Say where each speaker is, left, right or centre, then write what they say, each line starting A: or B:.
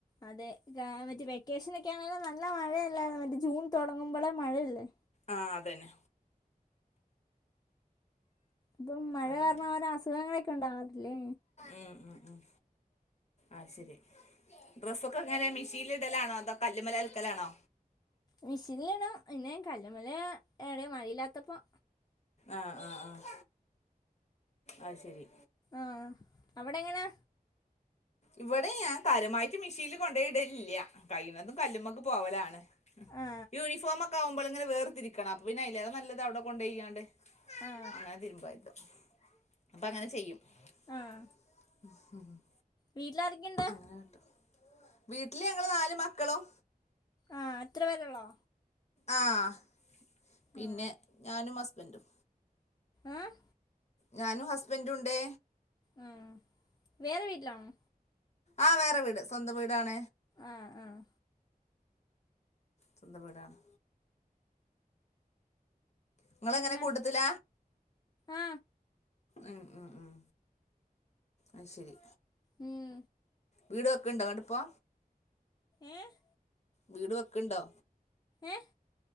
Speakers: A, on the left; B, on the left.
A: അതെ മറ്റേ വെക്കേഷനൊക്കെ ആണേലും നല്ല മഴയല്ല മറ്റേ ജൂൺ തുടങ്ങുമ്പോളെ മഴയല്ലേ
B: ആഹ് അതന്നെ
A: ഇപ്പം മഴ
B: അതന്നെ
A: കാരണം അവര അസുഖങ്ങളൊക്കെ ഉണ്ടാവത്തില്ലേ
B: ഉം ഉം ഉം ആയ്ശരി ഡ്രസ്സൊക്കെ എങ്ങനെ മിഷീനില് ഇടലാണോ അതോ കല്ല്മ്മല് അലക്കലാണോ
A: മെഷീനില്ണോ പിന്നെ കല്ലുമല് ടെ മഴയില്ലാത്തപ്പോ
B: ആഹ് ആഹ് ആഹ് അത്ശെരി
A: ആഹ് അവിടെങ്ങനാ
B: ഇവിടെ ഞാൻ കാര്യമായിട്ട് മിഷീനില് കൊണ്ടോയിടലില്ല കഴുന്നതും കല്ലുമ്മക്കെ പോവലാണ്
A: ആ
B: യൂണിഫോമൊക്കെ ആവുമ്പ ഇങ്ങെ വേർതിരിക്കണം അപ്പോൾ പിന്നെ അല്ലാതെ നല്ലതാണ് അവിടെ കൊണ്ടണ്ട് ചെയ്യാണ്ട്
A: ആ
B: അങ്ങനെ തിരുമ്പായിരുന്നു അപ്പൊ അങ്ങനെ ചെയ്യും
A: ആഹ്
B: <inaudible>
A: വീട്ടിലാരെക്കെണ്ട്
B: അങ്ങനെ കേട്ടോ വീട്ടില് ഞങ്ങള്ൾ നാല് മക്കളും
A: ആ എത്ര വേരെള്ളോ
B: ആഹ് പിന്നെ
A: ആ
B: ഞാനും ഹസ്ബന്റും
A: ആഹ്
B: ഞാനും ഹസ്ബൻറ ഉണ്ട്േ
A: ഉം വേറെ വീട്ടിലാണോ
B: ആഹ് വേറെ വീട് സ്വന്തം വീടണ
A: ആഹ് ആഹ്
B: സ്വന്ത വീടാണ് നിങ്ങളങ്ങനെ
A: പിന്നെ
B: കൂട്ടത്തില
A: ആ
B: ഉം ഉം ഉം അ ശരി
A: ഉം
B: വീട് വെക്കെണ്ടോട്ട ഇപ്പോ
A: ഏഹ്
B: വീട് വെക്കണ്ടോ
A: ഏഹ്